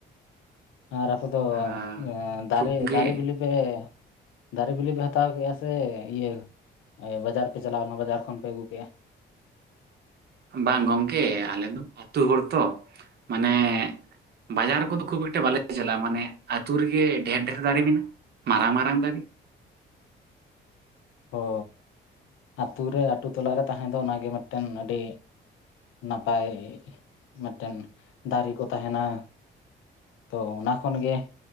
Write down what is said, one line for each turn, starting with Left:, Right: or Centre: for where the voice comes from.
Left: ᱟᱨ ᱟᱯᱮ ᱫᱚ
Right: ᱟᱸ
Left: ᱫᱟᱨᱮ
Right: ᱠᱷᱩᱵ ᱜᱮ
Left: ᱫᱟᱨᱮ ᱵᱤᱞᱤ ᱟᱯᱮ ᱫᱟᱨᱮ ᱵᱤᱞᱤ ᱯᱮ ᱦᱟᱛᱟᱣ ᱟ ᱥᱮ? ᱤᱭᱟᱹ ᱵᱟᱡᱟᱨ ᱯᱮ ᱪᱟᱞᱟᱣ ᱮᱱᱟ ᱵᱟᱡᱟᱨ ᱠᱷᱚᱱ ᱯᱮ ᱟᱹᱜᱩ ᱠᱮᱜᱼᱟ?
Right: ᱵᱟᱝ ᱜᱚᱝᱠᱮ ᱟᱞᱮ ᱫᱚ ᱟᱹᱛᱩ ᱦᱚᱲ ᱛᱚ ᱢᱟᱱᱮ ᱵᱟᱡᱟᱨ ᱠᱚᱫᱚ ᱠᱷᱩᱵ ᱮᱠᱴᱟ ᱵᱟᱞᱮ ᱡᱮᱞᱟ ᱢᱟᱱᱮ ᱟᱹᱛᱩᱳ ᱨᱮᱜᱮ ᱰᱷᱮᱨ ᱰᱷᱮᱨ ᱫᱟᱨᱮ ᱢᱮᱱᱟᱜᱼᱟ ᱾ ᱢᱟᱨᱟᱝ ᱢᱟᱨᱟᱝ ᱫᱟᱨᱮ᱾
Left: ᱚᱻ ᱟᱛᱩ ᱨᱮ ᱟᱹᱛᱩ ᱛᱚᱞᱟᱨᱮ ᱛᱟᱦᱮᱸ ᱫᱚ ᱚᱱᱟᱜᱮ ᱢᱤᱫᱴᱮᱱ ᱟᱹᱰᱤ ᱱᱟᱯᱟᱭ ᱢᱤᱫᱴᱮᱱ ᱫᱟᱨᱮ ᱠᱚ ᱛᱟᱦᱮᱱᱟ ᱾ ᱛᱚ ᱚᱱᱟ ᱠᱷᱚᱱ ᱜᱮ